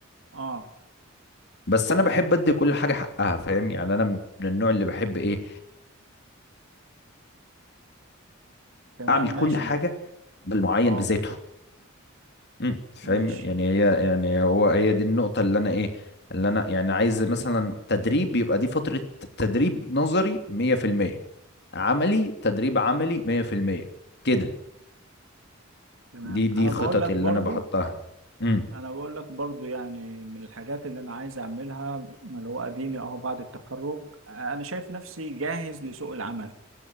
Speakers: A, on the right; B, on the left.
A: اه
B: بس انا بحب ادي كل حاجه حقها فاهم يعني انا من النوع اللي بحب ايه
A: تمام
B: اعمل
A: ماشي
B: كل حاجه بالمعين
A: اه
B: بذاته امم فاهم
A: ماشي
B: يعني هي يعني هو هي دي النقطه اللي انا ايه اللي انا يعني عايز مثلا تدريب يبقى دي فتره تدريب نظري 100% عملي تدريب عملي 100% كده
A: تمام
B: دي دي
A: انا
B: خططي
A: بقول لك
B: اللي
A: برضو
B: انا بحطها امم
A: انا بقول لك برضو يعني من الحاجات اللي انا عايز اعملها اللي هو اديني اهو بعد التخرج آه، انا شايف نفسي جاهز لسوق العمل